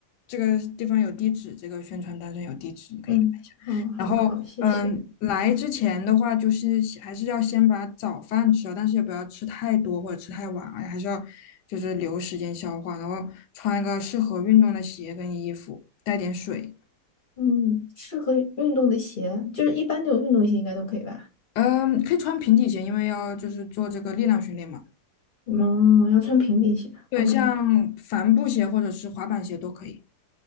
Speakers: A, on the left; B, on the left.
A: 这个地方有地址，这个宣传单上有地址，你可以看一下。
B: 嗯，好，好，
A: 然后，
B: 好，谢谢。
A: 嗯，来之前的话，就是先还是要先把早饭吃了，但是也不要吃太多或者吃太晚啊，还是要就是留时间消化。然后穿一个适合运动的鞋跟衣服，带点水。
B: 嗯，适合运动的鞋，就是一般那种运动鞋应该都可以吧？
A: 嗯，可以穿平底鞋，因为要就是做这个力量训练嘛。
B: 嗯，要穿平底鞋。
A: 对，
B: OK，
A: 像帆布鞋或者是滑板鞋都可以。